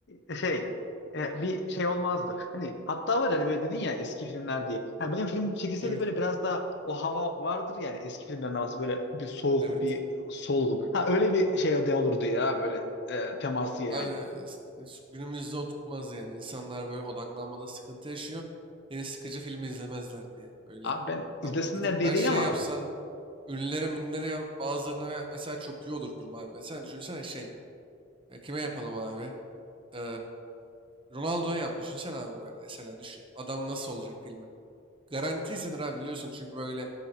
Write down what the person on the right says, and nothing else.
Evet.
Evet.
Abi, e, s- günümüzde o tutmaz yani. İnsanlar böyle odaklanmada sıkıntı yaşıyor. Yeni sıkıcı filmi izlemezler diye. Öyle.
Abi, gidip
ben
şey
yapsam ünlülere münlere yap, bazılarına ve- mesela çok iyi olur film abi. Mesela düşünsene şey. e, Kime yapalım abi? Ee, Ronaldo'ya yap. Düşünsene abi böyle. Mesela düşün. Adam nasıl olacak filmi? Garanti Garantisin abi biliyorsun çünkü böyle